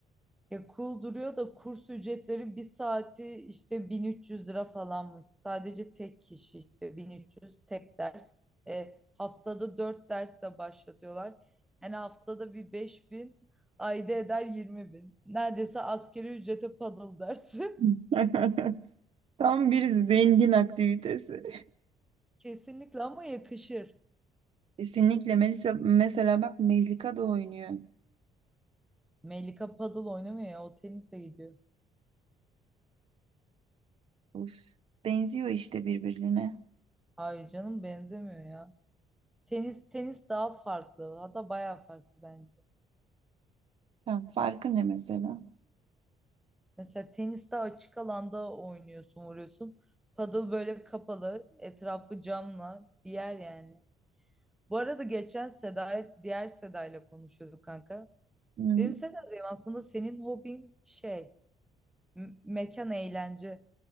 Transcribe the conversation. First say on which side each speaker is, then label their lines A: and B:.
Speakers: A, in the centre; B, on the right.
A: Ya cool duruyor da kurs ücretleri bir saati işte 1300 lira falanmış. Sadece tek kişi işte 1300 tek ders. E, haftada 4 ders de başlatıyorlar. Yani haftada bir 5000 ayda eder 20.000. Neredeyse askeri ücrete paddle dersi.
B: <laughs> Tam bir zengin aktivitesi.
A: <laughs> Kesinlikle ama yakışır.
B: Kesinlikle Melisa mesela bak Mehlika da oynuyor.
A: Melika paddle oynamıyor ya o tenise gidiyor.
B: Uf, benziyor işte birbirine.
A: Hayır canım benzemiyor ya. Tenis tenis daha farklı. Hatta bayağı farklı bence.
B: Tam farkı ne mesela?
A: Mesela teniste açık alanda oynuyorsun, vuruyorsun. Padel böyle kapalı, etrafı camla bir yer yani. Bu arada geçen Seda, diğer Seda'yla konuşuyorduk kanka.
B: Hmm,
A: Dedim Seda'cığım aslında senin hobin şey, m- mekan eğlence.